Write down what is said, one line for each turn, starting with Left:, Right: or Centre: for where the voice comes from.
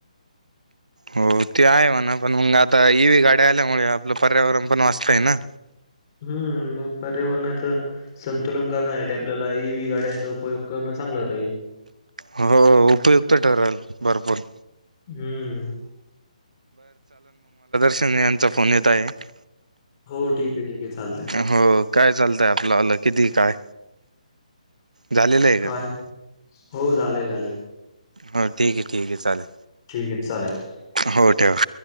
Right: होर ते हाय म्हणावं पण आता ये वी गाड्या आल्यामुळे आपला पर्यावरण वाचते ना बनवून जात आहे ना
Left: हम्म पर्यावरणाच संतुलन करणसाठी आपल्याला ई व् गाड्यांचा उपयोग करण चांगलं राहील
Right: हो उपयुक्त ठरेल भरपूर
Left: हम्म
Right: सगळ्यांचे फोन येत आहेत
Left: हो ठीक आहे ठीक आहे चालतंय.
Right: हो काय चालते आपण तुला आलं किती काय झालेलं आहे
Left: काय
Right: का
Left: हो झाले झाले
Right: हो ठीक आहे ठीक आहे चाले
Left: ठीक आहे चालेल
Right: हो ठेव